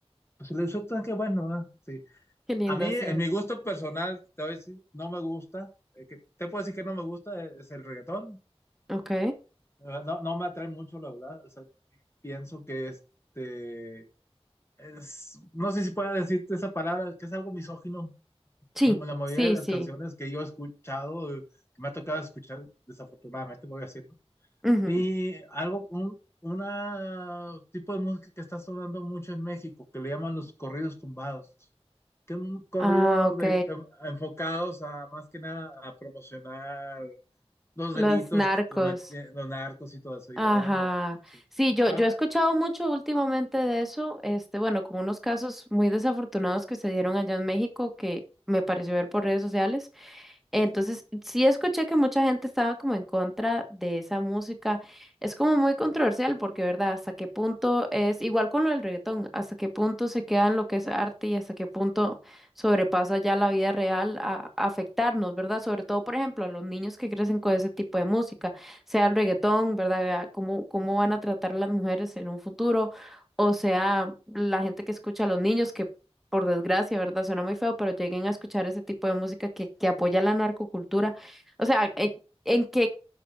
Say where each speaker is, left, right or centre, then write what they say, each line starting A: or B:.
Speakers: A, on the left; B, in the centre.
A: pues si la disfrutan, qué bueno, ¿verdad? Sí.
B: Qué lindo,
A: A mí, en
B: sí.
A: mi gusto personal, te voy a decir, no me gusta, eh, que- te puedo decir que no me gusta eh, es el reggaetón,
B: Ok.
A: no, no me atrae mucho, la verdad. O sea, pienso que este es, no sé si pueda decirte esa palabra, que es algo misógino.
B: Sí,
A: ¿no? La mayoría
B: sí,
A: de las
B: sí.
A: canciones que yo he escuchado, que me ha tocado escuchar, desafortunadamente, voy a decir
B: Ujú.
A: y algo, un una tipo de música que está sonando mucho en México, que le llaman los corridos tumbados, que son corridos
B: Ah, ok.
A: de, enfocados a más que nada a promocionar los
B: Los
A: delitos
B: narcos.
A: que cometen los narcos y todo eso. Y
B: Ajá.
A: la verdad, no, no, sí.
B: Sí, yo,
A: Ah,
B: yo he escuchado mucho últimamente de eso, este, bueno, con unos casos muy desafortunados que se dieron allá en México que me pareció ver por redes sociales. Entonces, sí escuché que mucha gente estaba como en contra de esa música. Es como muy controversial porque, ¿verdad? Hasta qué punto es igual con lo del reggaetón, hasta qué punto se queda en lo que es arte y hasta qué punto sobrepasa ya la vida real a, a afectarnos, ¿verdad? Sobre todo, por ejemplo, a los niños que crecen con ese tipo de música, sea el reggaetón, ¿verdad? Vea ¿Cómo, cómo van a tratar a las mujeres en un futuro? O sea, la gente que escucha a los niños que por desgracia, ¿verdad? Suena muy feo, pero lleguen a escuchar ese tipo de música que, que apoya la narcocultura. O sea, ¿en, en qué,